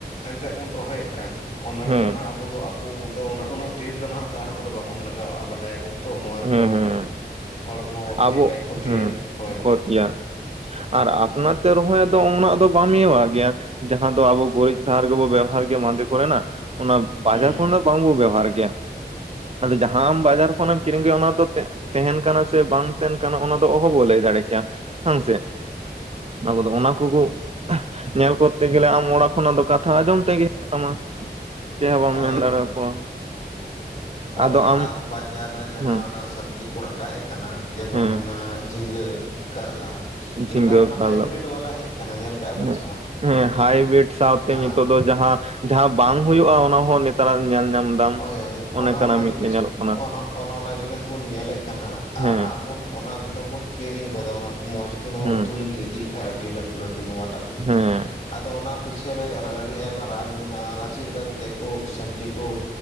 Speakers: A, on the left; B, on the right.
A: ᱮᱱᱛᱮᱫ ᱵᱚᱱ ᱨᱚᱦᱚᱭᱮᱫ ᱠᱟᱱ, ᱚᱱᱟ
B: ᱦᱮᱸ
A: ᱨᱮᱫᱚ ᱱᱟᱦᱟᱜ ᱟᱵᱚ ᱫᱚ ᱟᱵᱚ - ᱟᱫᱚ ᱩᱱᱟᱹᱜ ᱰᱷᱮᱨ ᱫᱚ ᱱᱟᱦᱟᱜ ᱥᱟᱦᱟᱨ ᱠᱚᱫᱚ ᱵᱟᱵᱚᱱ ᱞᱟᱜᱟᱣᱟᱜᱼᱟ ᱵᱟᱰᱟᱭ ᱟᱵᱚᱱ ᱛᱚ ᱱᱚᱣᱟ ᱨᱮᱫᱚ
B: ᱦᱮᱸ ᱦᱮᱸ
A: ᱦᱚᱲᱢᱚ ᱪᱮᱫ
B: ᱟᱵᱚ
A: ᱞᱮᱠᱟᱭ ᱠᱷᱚᱛᱤᱭᱟ
B: ᱦᱮᱸ
A: ᱦᱳᱭ ᱾
B: <unintelligible> ᱟᱨ ᱟᱯᱱᱟᱨ ᱛᱮ ᱨᱚᱦᱚᱭ ᱫᱚ ᱩᱱᱟ ᱫᱚ ᱵᱟᱢ ᱤᱭᱟᱹᱣᱟᱜ ᱜᱮᱭᱟ᱾ ᱡᱟᱦᱟᱸ ᱫᱚ ᱟᱵᱚ ᱜᱩᱨᱤᱡᱽ ᱥᱟᱦᱟᱨ ᱜᱮᱵᱚ ᱵᱮᱵᱚᱦᱟᱨ ᱜᱮᱭᱟ, ᱢᱟᱫᱮ ᱠᱚᱨᱮᱱᱟᱜ ᱚᱱᱟ ᱵᱟᱡᱟᱨ
A: ᱦᱩᱸ
B: ᱠᱷᱚᱱ ᱫᱚ ᱵᱟᱝ ᱵᱚᱱ ᱵᱮᱵᱚᱦᱟᱨ ᱜᱮᱭᱟ, ᱟᱫᱚ ᱡᱟᱦᱟᱸᱢ ᱵᱟᱡᱟᱨ ᱠᱷᱚᱱᱮᱢ ᱠᱤᱨᱤᱧ ᱜᱮᱭᱟ ᱚᱱᱟ ᱫᱚ ᱛᱟᱦᱮᱱ ᱠᱟᱱᱟ ᱥᱮ ᱵᱟᱝ ᱛᱟᱦᱮᱱ ᱠᱟᱱᱟ, ᱚᱱᱟ ᱫᱚ ᱚᱦᱚ ᱵᱚ ᱞᱟᱹᱭ ᱫᱟᱲᱮ ᱠᱮᱭᱟ, ᱦᱮᱸ ᱥᱮ ᱟᱵᱚ ᱫᱚ ᱚᱱᱟ ᱠᱚᱠᱚ ᱧᱮᱞ ᱠᱚᱨᱛᱮ ᱜᱮᱞᱮ, ᱟᱢ ᱚᱲᱟᱜ ᱠᱷᱚᱱᱟᱜ ᱫᱚ ᱠᱟᱛᱷᱟ ᱟᱸᱡᱚᱢ ᱛᱮᱜᱮ <unintelligible> ᱪᱮᱫ ᱦᱚᱸ ᱵᱟᱢ
A: ᱦᱳᱭ
B: ᱢᱮᱱ
A: ᱦᱳᱭ
B: ᱫᱟᱲᱮᱭᱟᱠᱚᱣᱟ
A: ᱦᱳᱭ
B: ᱟᱫᱚ
A: ᱟᱨ
B: ᱟᱢ
A: ᱵᱟᱡᱟᱨ ᱨᱮ ᱡᱟᱦᱟᱸ
B: ᱦᱮᱸ
A: ᱚᱱᱟ ᱥᱚᱵᱽᱡᱤ ᱠᱚ ᱨᱟᱠᱟᱵ ᱮᱫ ᱠᱟᱱᱟ, ᱡᱮᱢᱚᱱ
B: ᱦᱮᱸ
A: ᱦᱩᱭᱱᱟ ᱡᱷᱤᱸᱜᱟ ᱠᱟᱨᱞᱟ,
B: ᱡᱷᱤᱸᱜᱟᱹ
A: ᱱᱮᱛᱟᱨ ᱢᱟ
B: ᱠᱟᱨᱞᱟ
A: ᱦᱟᱭᱵᱨᱤᱰ ᱵᱟᱞᱟ ᱦᱮᱡ ᱟᱠᱟᱱᱟ ᱧᱮᱞ ᱠᱟᱜᱼᱟ ᱵᱮᱱ
B: ᱦᱮᱸ
A: ᱥᱮ ᱵᱟᱝ?
B: ᱦᱮᱸ ᱦᱟᱭᱵᱨᱤᱰ ᱥᱟᱶᱛᱮ
A: ᱦᱮᱸ
B: ᱱᱤᱛᱚᱜ ᱫᱚ ᱡᱟᱦᱟᱸ ᱡᱟᱦᱟᱸ ᱵᱟᱝ ᱦᱩᱭᱩᱜᱼᱟ, ᱚᱱᱟ ᱦᱚᱸ ᱱᱮᱛᱟᱨᱟᱜ ᱧᱮᱞ ᱧᱟᱢ ᱫᱟᱢ
A: ᱦᱳᱭ ᱦᱳᱭ ᱾
B: ᱚᱱᱮᱠᱟᱱᱟᱜ
A: ᱚᱱᱟ ᱚᱱᱟ
B: ᱢᱤᱫᱴᱮᱱ
A: ᱡᱤᱱᱤᱥ
B: ᱧᱮᱞᱚᱜ ᱠᱟᱱᱟ
A: ᱚᱱ ᱚᱱᱮ ᱚᱱᱟ ᱡᱤᱱᱤᱥ ᱵᱚᱱ ᱧᱮᱞᱮᱫ ᱠᱟᱱᱟ,
B: ᱦᱮᱸ
A: ᱟᱨ ᱦᱟᱸᱜ ᱵᱩᱱ ᱚᱱᱟ ᱮᱠᱫᱚᱢ ᱵᱩᱱ ᱠᱤᱨᱤᱧ ᱜᱚᱫᱟ ᱚᱱᱟ ᱢᱚᱸᱡᱽ ᱜᱮᱤ ᱱᱚᱶᱟ
B: ᱦᱮᱸ
A: ᱩᱛᱩ ᱞᱟᱹᱜᱤᱫ ᱤᱫᱤ ᱞᱮᱠᱷᱟᱱᱡ ᱟᱹᱰᱤ ᱞᱟᱹᱴᱩ ᱞᱟᱹᱴᱩ ᱱᱚᱣᱟ ᱮᱴᱟᱜ ᱜᱮ
B: ᱦᱮᱸ
A: ᱾ ᱟᱫᱚ ᱚᱱᱟ ᱯᱤᱪᱷᱮ ᱟᱹᱰᱤ ᱟᱭᱢᱟ ᱨᱟᱡᱽ ᱢᱮᱱᱟᱜᱼᱟ, ᱚᱱᱟ ᱪᱮᱫ ᱞᱮᱠᱟ ᱠᱟᱛᱮᱫ ᱠᱚ ᱥᱚᱵᱽᱡᱤ ᱠᱚ